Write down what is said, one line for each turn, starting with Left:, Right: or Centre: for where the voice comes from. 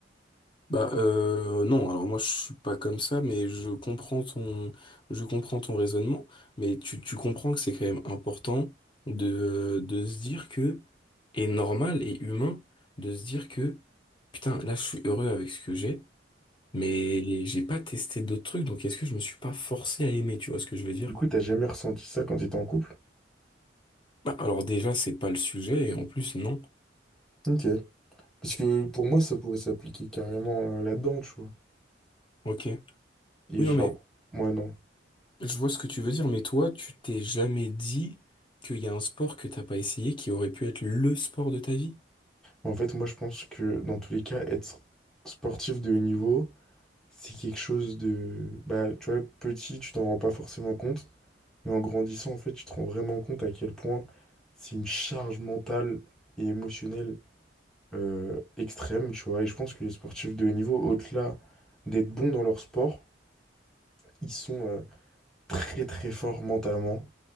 Left: Bah euh, non, alors moi je suis pas comme ça, mais je comprends ton, je comprends ton raisonnement, mais tu, tu comprends que c'est quand même important de, de se dire que, et normal et humain, de se dire que, putain, là je suis heureux avec ce que j'ai, mais j'ai pas testé d'autres trucs, donc est-ce que je me suis pas forcé à aimer, tu vois ce que je veux dire?
Centre: Du coup, t'as jamais ressenti ça quand t'étais en couple?
Left: Bah alors déjà c'est pas le sujet, et en plus non.
Centre: Ok. Parce que pour moi, ça pourrait s'appliquer carrément euh, là-dedans, tu vois.
Left: Ok.
Centre: Et
Left: Oui
Centre: genre,
Left: non mais.
Centre: moi, non.
Left: Je vois ce que tu veux dire, mais toi, tu t'es jamais dit qu'il y a un sport que t'as pas essayé qui aurait pu être le sport de ta vie?
Centre: En fait, moi, je pense que dans tous les cas, être sportif de haut niveau, c'est quelque chose de... Bah, tu vois, petit, tu t'en rends pas forcément compte. Mais en grandissant, en fait, tu te rends vraiment compte à quel point c'est une charge mentale et émotionnelle euh, extrême, tu vois. Et je pense que les sportifs de haut niveau, au-delà d'être bons dans leur sport, ils sont euh, très très forts mentalement.